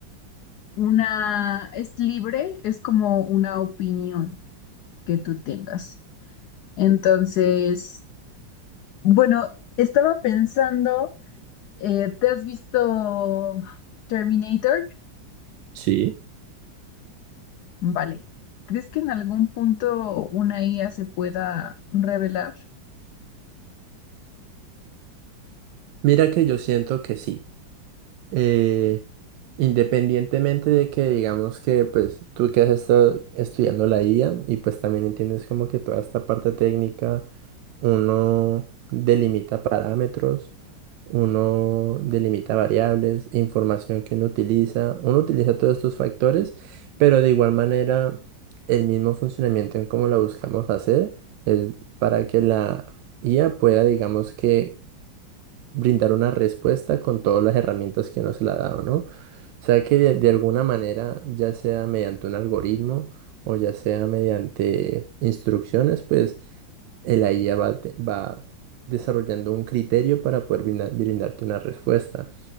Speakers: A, on the left; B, on the right.
A: una, es libre, es como una opinión que tú tengas. Entonces, bueno, estaba pensando, eh, ¿te has visto Terminator?
B: Sí.
A: Vale. ¿Crees que en algún punto una IA se pueda revelar?
B: Mira que yo siento que sí. eh, independientemente de que digamos que pues tú que has estado estudiando la IA y pues también entiendes como que toda esta parte técnica, uno delimita parámetros, uno delimita variables, información que uno utiliza, uno utiliza todos estos factores, pero de igual manera el mismo funcionamiento en cómo la buscamos hacer es para que la IA pueda digamos que brindar una respuesta con todas las herramientas que nos se le ha dado, ¿no? O sea que de, de alguna manera, ya sea mediante un algoritmo o ya sea mediante instrucciones, pues el la IA va, te- va desarrollando un criterio para poder brinda- brindarte una respuesta.